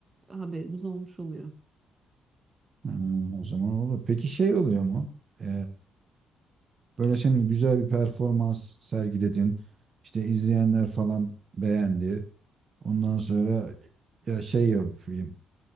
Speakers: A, on the right; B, on the right.
A: haberimiz olmuş oluyor.
B: Hmm, o zaman olur. Peki şey oluyor mu? Ee, böyle şimdi güzel bir performans sergiledin. İşte izleyenler falan beğendi. Ondan sonra ya şey yapayım.